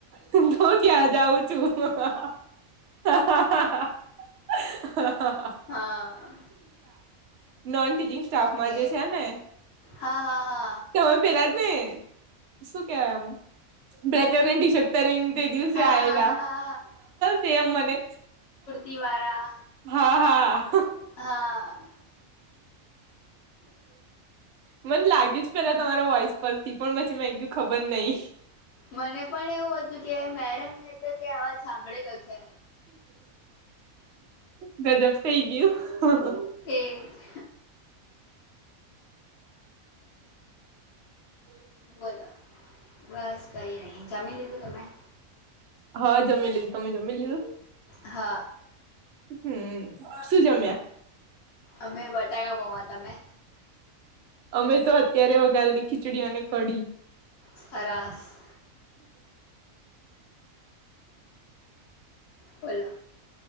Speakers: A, on the right; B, on the left.
A: હું ક્યાં જાઉ છું હા હા હ હાા
B: હા
A: નોન ટીચિંગ સ્ટાફમાં
B: ઓકે
A: જે છે ને
B: હા હા હા
A: તમે પેલા જ ને શું કેવાય એમ બ છતરી તે દિવસે
B: હા
A: આયલા
B: હા હા હા
A: સેમ મને
B: દિવાારા
A: હા હા
B: હા
A: મને લાગ્યું જ પેલા તમારા વોઇસ પરથી પણ પછી મેં એકદું ખબર નહીિ
B: મને પણ એવું હતું કે મેડમને તો કે આવા સાંભળેલો છે
A: ગજબ થઈ ગયયો હ
B: એજ બોલો બસ કઈ નહીિ જમીન લીધું ત મેં
A: હા જમી લીધું તમે જમી લીધું
B: હા
A: હમ શું જમ્યા
B: અમે બટાકા બહવા તમે
A: અમે તો અત્યારે વગારેલી ખીચડી અને કઢી
B: સરરાસ બોલો